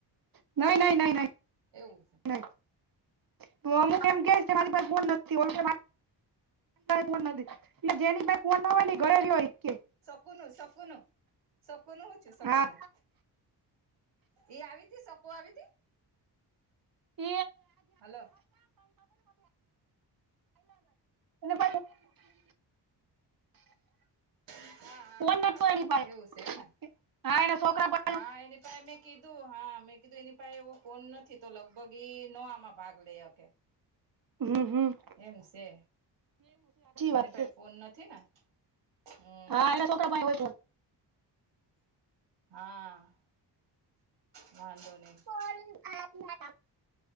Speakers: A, on the right; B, on the right.
A: નહી નહીં નહીં
B: એવું
A: નહીં તો અમુક એમ કે મારી પાસે ફોન નથી <unintelligible> ફોન નથી એટલે જેની પાસે ફોન ના હોય એ ઘરે રહો ઈ કે
B: કોનું શકું નું શકુ નું હું થયું
A: હા
B: શકુ નું એ આવી તી શકું આવી તી
A: <inaudible> પ
B: હલો
A: <unintelligible>
B: હા
A: <unintelligible>
B: હા હા હા એવું છે એમને હા એની પાહે મેં કીધું હા મેં કીધું એની પાહે એવો ફોન નથી તો લગભગ ઈ નો આમ ભાગ લઈ હકે
A: હમ-હમ
B: એમ છે એની
A: વાત
B: પાહે
A: છે
B: ફોન નથી ને હમ
A: હા એના છોકરા પાસે હોય ફોન
B: હા વાંધો નહી
A: <unintelligible>